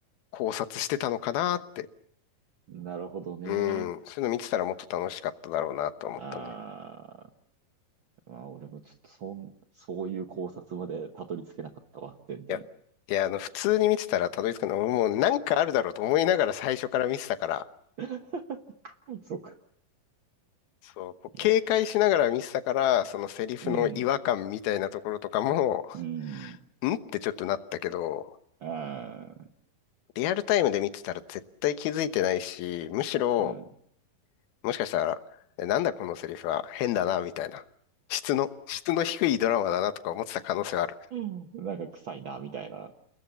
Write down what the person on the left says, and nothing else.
考察してたのかなって。
うん、そういうの見てたらもっと楽しかっただろうなと思ったね。
いや、いや、あの、普通に見てたらたどり着かない。俺もうなんかあるだろうと思いながら最初から見てたから、
そう、こう警戒しながら見てたから、
そのセリフの違和感みたいなところとかも、
<laughs> んってちょっとなったけど、
リアルタイムで見てたら絶対気づいてないし、むしろ、
もしかしたら、えなんだこのセリフは変だな、みたいな。質の、質の低いドラマだなとか思ってた可能性はある。